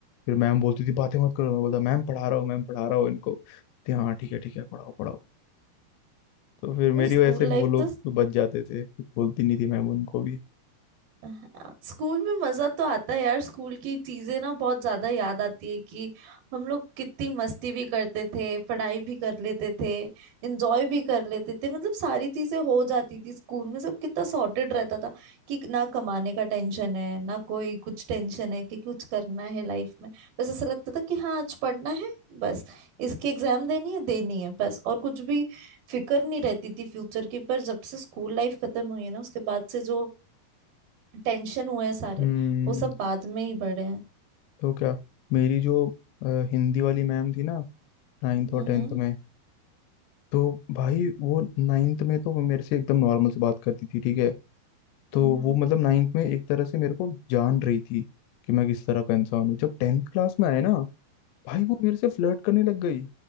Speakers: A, on the left; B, on the right.
A: फिर मैम बोलती थी बातें मत करो मैं बोलता मैम पढ़ा रहा हूँ मैम पढ़ा रहा हूँ इनको बोलती, हाँ ठीक है ठीक है पढ़ाओ पढ़ाओ तो फिर मेरी
B: ये स्कूल
A: वजह से फिर
B: लाइफ
A: वो लोग
B: तो
A: बच जाते थे कुछ बोलती नहीं थी मैम उनको भी
B: हाँ, स्कूल में मजा तो आता है यार स्कूल की चीजें ना बहुत ज्यादा याद आती है कि हम लोग कितनी मस्ती भी करते थे पढ़ाई भी कर लेते थे एंजॉय भी कर लेते थे मतलब सारी चीजें हो जाती थी स्कूल में सब कितना सॉर्टेड रहता था कि ना कमाने का टेंशन है ना कोई कुछ टेंशन है कि कुछ करना है लाइफ में बस ऐसा लगता था कि हाँ आज पढ़ना है बस इसकी एग्जाम देनी है देनी है बस और कुछ भी फिक्र नहीं रहती थी फ्यूचर की पर जब से स्कूल लाइफ खत्म हुई है ना उसके बाद से जो टेंशन हुए हैं सारे
A: हम्म
B: वो सब बाद में ही बढ़े हैं
A: तो क्या मेरी जो अ, हिंदी वाली मैम थी ना नाइन्थ
B: हम्म
A: और टेंथ में तो भाई वो नाइन्थ में तो वो मेरे से एकदम नॉर्मल से बात करती थी ठीक है तो
B: हम्म
A: वो मतलब नाइन्थ में एक तरह से मेरे को जान रही थी कि मैं किस तरह का इंसान हूँ जब टेंथ क्लास में आए ना भाई वो मेरे से फ्लर्ट करने लग गई